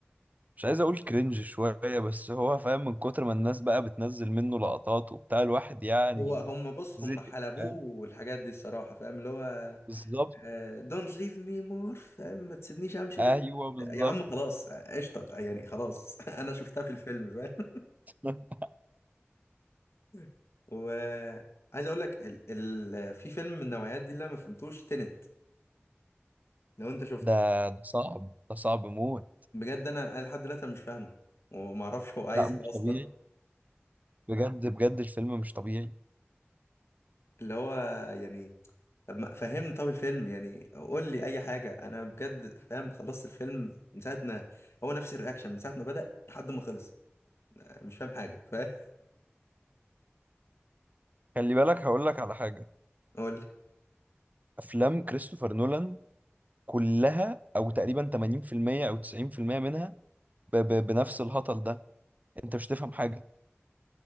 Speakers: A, on the right; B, on the left.
A: مش عايز اقول كرنج شويه بس هو فاهم من كتر ما الناس بقى بتنزل منه لقطات وبتاع الواحد يعني
B: هو هم بص
A: زي
B: هم حلبوه
A: فاهم
B: والحاجات دي الصراحه فاهم اللي هو
A: بالظبط
B: دونت ليف مي مور فاهم ما تسيبنيش امشي
A: ايوه
B: وش...
A: بالظبط
B: يا عم خلاص قشطه يعني خلاص <laughs> انا شفتها في الفيلم فاهم
A: <laughs>
B: <laughs> وعايز اقول لك ال... ال... في فيلم من النوعيات دي اللي انا ما فهمتوش تنت لو انت شفته
A: ده ده صعب ده صعب موت
B: بجد انا أنا لحد دلوقتي أنا مش فاهمه وما اعرفش هو عايز
A: لا مش
B: ايه اصلا
A: طبيعي بجد بجد الفيلم مش طبيعي
B: <laughs> اللي هو يعني طب ما فهمني طب الفيلم يعني قول لي اي حاجه انا بجد فاهم خلصت الفيلم من ساعه ما هو نفس الرياكشن من ساعه ما بدأ لحد ما خلص مش فاهم حاجه فاهم
A: خلي بالك هقول لك على حاجه
B: قول لي
A: افلام كريستوفر نولان كلها او تقريبا 80% او 90% منها ب ب بنفس الهطل ده انت مش تفهم حاجه